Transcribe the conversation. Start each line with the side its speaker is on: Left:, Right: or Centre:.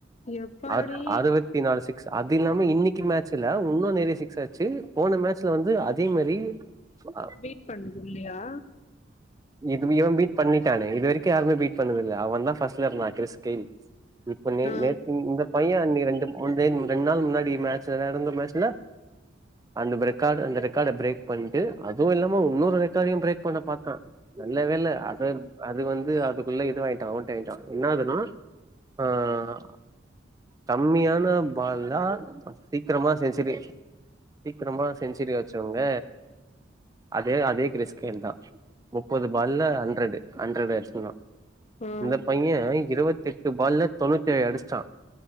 Left: எப்பாடி
Right: அர் அறுவத்தி நாலு சிக்ஸ் அதில்லாம இன்னைக்கு மேச்சில உன்னு நெறைய சிக்ஸ் அட்ச்சி போன மேட்ச்ல வந்து அதே மாரி அ
Left: பீட் பண்ணது இல்லையா
Right: இதுமே இவ பீட் பண்ணிட்டானே இது வரைக்கு யருமே பீட் பண்ணதில்ல அவந்தா ஃபஸ்ட்ல இருந்தா கிறிஸ் கெய்ல் இப்ப நே
Left: ஆ
Right: நேத்து இந்த பைய இன்னைக்கு ரெண்டு முள் வே ரெண்டு நாள் முன்னாடி மேட்ச் செராட்ந்த மேச்சில அந்த ப்ர காடு அந்த ரெக்காட பிரேக் பண்ட்டு அதுவு இல்லாம உன்னொரு ரெக்காடையு பிரேக் பண்ண பாத்தா நல்ல வேல அத அது வந்து அதுக்குள்ள இத வாங்கிட்டா அவுட் ஆயிட்டா இன்னோ அது ஆ அ கம்மியான பால்லா சீக்கிரமா சென்சுரி சீக்கிரமா செஞ்சுரி அட்ச்சவுங்க அதே அதே கிறிஸ் கெய்ல் தா முப்பது பால்ல ஹண்ட்ரடு ஹண்ட்ரட் அட்ச்
Left: ஆ
Right: இந்த பைய இருவத்தெட்டு பால்ல தொண்ணூத்தேழு அடிச்ட்டா